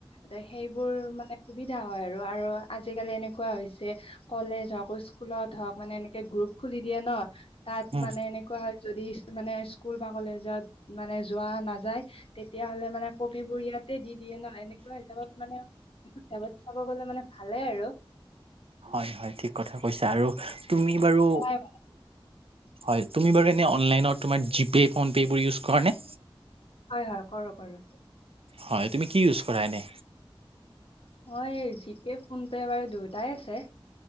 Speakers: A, on the left; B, on the right.
A: ত সেইবোৰ মানে সুবিধা হয় আৰু আৰু আজিকালি এনেকুৱা হৈছে। কলেজ হওক স্কুলত হওঁক মানে এনেকে গ্ৰুপ খুলি দিয়ে ন তাত
B: উম,
A: মানে এনেকুৱা হয় যদি। মানে স্কুল বা কলেজত মানে যোৱা নাযায়। তেতিয়াাহ'লে মানে কপিবোৰ ইয়াতে দি দিয়ে ন এনেকুৱা হিচাপত মানে। সেবত চাব গলে মানে ভালে আৰু।
B: হয় হয় ঠিক কথা কৈছা আৰু তুমি বাৰু।
A: হয়
B: হয় তুমি বাৰু এনে অনলাইনত জিপে ফোনপে এইবোৰ ইউজ কৰা নে।
A: হয় হয় কৰো কৰো।
B: হয় তুমি কি ইউজ কৰা এনে।
A: মই এই জিপে ফোন পে বাৰু দুয়োটাই আছে।